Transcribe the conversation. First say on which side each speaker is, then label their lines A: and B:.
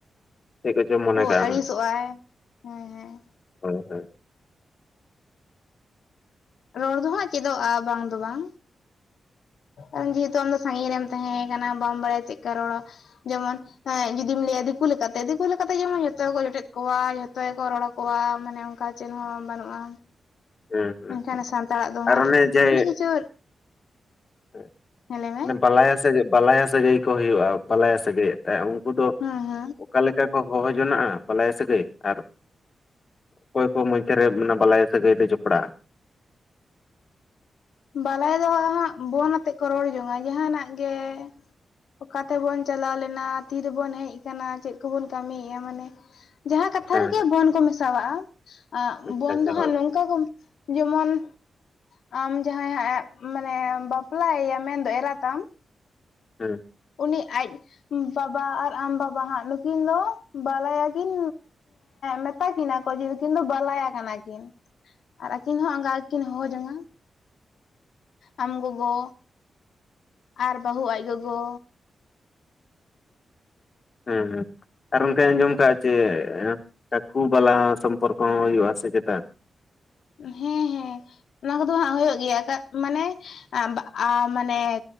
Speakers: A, on the left; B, on the left.
A: ᱪᱮᱫ ᱠᱚᱪᱚᱢ ᱢᱚᱱᱮ
B: ᱦᱳᱭ
A: ᱠᱟᱜᱼᱟ
B: ᱟᱹᱲᱤᱥᱚᱜᱼᱟᱭ
A: ᱱᱟᱜ᱾
B: ᱦᱮᱸ ᱦᱮᱸ᱾
A: ᱦᱳᱭ ᱦᱳᱭ᱾
B: ᱨᱚᱲ ᱫᱚ ᱦᱟᱸᱜ ᱪᱮᱫᱚᱜᱼᱟ ᱵᱟᱝ ᱫᱚ ᱵᱟᱝ ᱟᱢ ᱡᱮᱦᱮᱛᱩ ᱟᱢ ᱫᱚ ᱥᱟᱺᱜᱤᱧ ᱨᱮᱢ ᱛᱟᱦᱮᱸ ᱠᱟᱱᱟ ᱵᱟᱢ ᱵᱟᱲᱟᱭᱟ ᱪᱮᱫ ᱠᱟ ᱨᱚᱲ ᱡᱮᱢᱚᱱ ᱦᱮᱸ ᱡᱩᱫᱤᱢ ᱞᱟᱹᱭᱟ ᱫᱤᱠᱩ ᱞᱮᱠᱟ ᱛᱮ ᱫᱤᱠᱩ ᱞᱮᱠᱟ ᱛᱮ ᱡᱮᱢᱚᱱ ᱡᱷᱚᱛᱚ ᱜᱮ ᱠᱚ ᱡᱚᱴᱮᱫ ᱠᱚᱣᱟ ᱡᱷᱚᱛᱚ ᱜᱮᱠᱚ ᱨᱚᱲ ᱟᱠᱚᱣᱟ ᱢᱟᱱᱮ ᱚᱱ ᱚᱠᱟ ᱪᱮᱫ ᱦᱚᱸ ᱵᱟᱹᱱᱩᱜᱼᱟ
A: ᱦᱮᱸ ᱦᱮᱸ
B: ᱢᱮᱱᱠᱷᱟᱱ ᱥᱟᱱᱛᱟᱲᱟᱜ ᱫᱚ
A: ᱟᱨ
B: ᱦᱟᱸᱜ
A: ᱚᱱᱮ ᱡᱮ
B: ᱟᱹᱰᱤ ᱠᱤᱪᱷᱩ
A: <unintelligible>
B: ᱦᱮᱸ ᱞᱟᱹᱭ ᱢᱮ
A: ᱵᱟᱞᱟᱭᱟ ᱥᱟᱹᱜᱟᱹᱭ ᱵᱟᱞᱟᱭᱟ ᱥᱟᱹᱜᱟᱹᱭ ᱠᱚ ᱦᱩᱭᱩᱜᱼᱟ ᱵᱟᱞᱟᱭᱟ ᱥᱟᱹᱜᱟᱹᱭᱮᱫ ᱛᱟᱭ ᱩᱱᱠᱩ ᱫᱚ
B: ᱦᱮᱸ ᱦᱮᱸ᱾
A: ᱚᱠᱟ ᱞᱮᱠᱟ ᱠᱚ ᱦᱚᱦᱚ ᱡᱚᱱᱟᱜᱼᱟ ᱵᱟᱞᱟᱭᱟ ᱥᱟᱹᱜᱟᱹᱭ ᱟᱨ ᱚᱠᱚᱭ ᱠᱚ ᱢᱟᱚᱫᱽᱫᱷᱮ ᱨᱮ ᱵᱟᱞᱟᱭᱟ ᱥᱟᱹᱜᱟᱹᱭ ᱫᱚ ᱡᱚᱯᱲᱟᱜᱼᱟ?
B: ᱵᱟᱞᱟᱭ ᱫᱚ ᱦᱟᱸᱜ ᱦᱟᱸᱜ ᱵᱚᱱ ᱟᱛᱮᱜ ᱠᱚ ᱨᱚᱲ ᱡᱚᱝᱼᱟ ᱡᱟᱦᱟᱸᱱᱟᱜ ᱜᱮ ᱚᱠᱟ ᱛᱮᱵᱚᱱ ᱪᱟᱞᱟᱣ ᱞᱮᱱᱟ ᱛᱤᱨᱮᱵᱚᱱ ᱦᱮᱡ ᱠᱟᱱᱟ ᱪᱮᱫ ᱠᱚᱵᱚᱱ ᱠᱟᱹᱢᱤᱭᱮᱟ ᱢᱟᱱᱮ ᱡᱟᱦᱟᱸ ᱠᱟᱛᱷᱟ
A: ᱦᱮᱸ
B: ᱨᱮᱜᱮ
A: ᱦᱮᱸ
B: ᱵᱚᱱ ᱠᱚ ᱢᱮᱥᱟᱣᱟᱜᱼᱟ
A: ᱟᱪᱪᱷᱟ
B: ᱵᱚᱱ
A: ᱟᱪᱪᱷᱟ
B: ᱫᱚ ᱦᱟᱸᱜ
A: ᱦᱳᱭ
B: ᱱᱚᱝᱠᱟ ᱠᱚ ᱡᱮᱢᱚᱱ ᱟᱢ ᱡᱟᱦᱟᱸᱭ ᱦᱟᱸᱜ ᱮ ᱢᱟᱱᱮ ᱵᱟᱯᱞᱟᱭᱮᱭᱟ ᱢᱮᱱᱫᱚ ᱮᱨᱟᱛᱟᱢ
A: ᱦᱮᱸ᱾
B: ᱩᱱᱤ ᱟᱡ ᱵᱟᱵᱟ ᱟᱨ ᱟᱢ ᱵᱟᱵᱟ ᱦᱟᱸᱜ ᱱᱩᱠᱤᱱ ᱫᱚ ᱵᱟᱞᱟᱭᱟ ᱠᱤᱱ ᱢᱮᱛᱟ ᱠᱤᱱᱟ ᱠᱚ ᱡᱮ ᱱᱩᱠᱤᱱ ᱫᱚ ᱵᱟᱞᱟᱭ ᱠᱟᱱᱟ ᱠᱤᱱ᱾ ᱟᱨ ᱟᱹᱠᱤᱱ ᱦᱚᱸ ᱟᱸᱜᱟ ᱜᱮᱠᱤᱱ ᱦᱚᱦᱚ ᱡᱚᱝᱟ᱾ ᱟᱢ ᱜᱚᱜᱚ ᱟᱨ ᱵᱟᱹᱦᱩ ᱟᱡ ᱜᱚᱜᱚ
A: ᱦᱮᱸ ᱦᱮᱸ ᱟᱨ ᱚᱱᱠᱟᱧ ᱟᱸᱡᱚᱢ ᱠᱟᱜ ᱪᱮ ᱠᱟᱠᱩ ᱵᱟᱞᱟ ᱥᱚᱢᱯᱚᱨᱠᱚ ᱦᱚᱸ ᱦᱩᱭᱩᱜᱼᱟ ᱥᱮ ᱪᱮᱛᱟ?
B: ᱦᱮᱸ ᱦᱮᱸ ᱚᱱᱟ ᱠᱚᱫᱚ ᱦᱟᱸᱜ ᱦᱩᱭᱩᱜ ᱜᱮᱭᱟ ᱢᱟᱱᱮ ᱟᱵ ᱟ ᱢᱟᱱᱮ